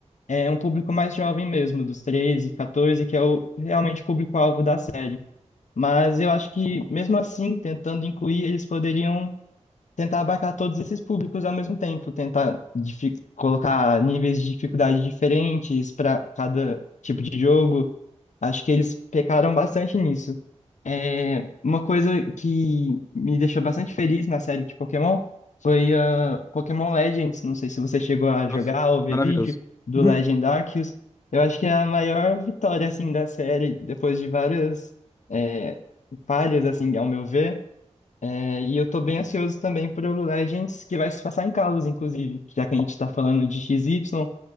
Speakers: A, on the left; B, on the left.
A: é, um público mais jovem mesmo, dos 13, 14, que é o realmente o público-alvo da série. Mas eu acho que, mesmo assim, tentando incluir, eles poderiam tentar abarcar todos esses públicos ao mesmo tempo, tentar difi- colocar níveis de dificuldade diferentes para cada tipo de jogo. Acho que eles pecaram bastante nisso. É, uma coisa que me deixou bastante feliz na série de Pokémon foi a Pokémon Legends. Não sei se você chegou a
B: Nossa,
A: jogar ou ver
B: maravilhoso.
A: vídeo do
B: Uhum.
A: Legend Arceus. Eu acho que é a maior vitória assim da série depois de várias é, falhas assim, ao meu ver. É, e eu tô bem ansioso também pro Legends, que vai se passar em Kalos, inclusive, já que a gente tá falando de XY,